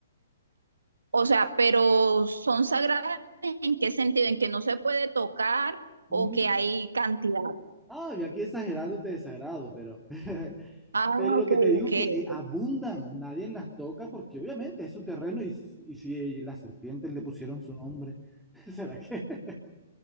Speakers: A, on the right; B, in the centre.
A: O sea, pero son sagradas en qué sentido, en que no se puede tocar o
B: Mm,
A: que hay cantidad.
B: Ah, yo aquí exagerando te desagrado, pero, <laughs>
A: Ah,
B: pero lo
A: ok,
B: que te digo
A: ok.
B: es que eh, abundan,
A: ok.
B: nadie las toca porque obviamente es su terreno y, s- y si las serpientes le pusieron su nombre, <laughs> ¿será que? <laughs>